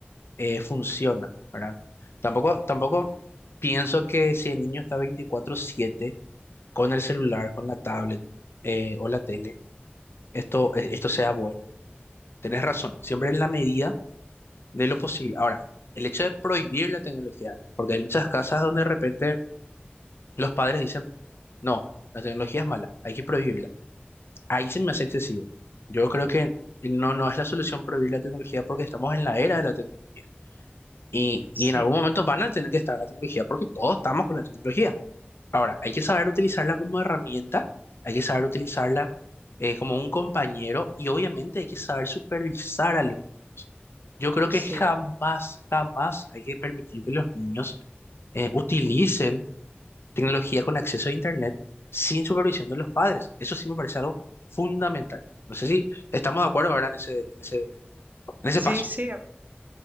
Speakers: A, on the left; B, on the right.
A: eh, funciona, ¿verdad? Tampoco, tampoco pienso que si el niño está veinticuatro siete con el celular, con la tablet eh, o la tele, esto, eh, esto sea bueno. Tenés razón, siempre en la medida de lo posible. Ahora, el hecho de prohibir la tecnología, porque hay muchas casas donde de repente los padres dicen, No, la tecnología es mala, hay que prohibirla. Ahí se me
B: Ujú.
A: hace excesivo. Yo creo que no, no es la solución prohibir la tecnología porque estamos en la era de la tecnología. Y,
B: sí,
A: y en algún momento van a tener que estar la tecnología porque todos estamos con la tecnología. Ahora, hay que saber utilizarla como herramienta, hay que saber utilizarla eh, como un compañero y obviamente hay que saber supervisar a los niños. Yo creo
B: sí,
A: que jamás, jamás hay que permitir que los niños eh, utilicen tecnología con acceso a Internet sin supervisión de los padres. Eso sí me parece algo fundamental. No sé si estamos de acuerdo, ¿verdad? En ese, en ese, en ese
B: sí,
A: paso.
B: sí, a-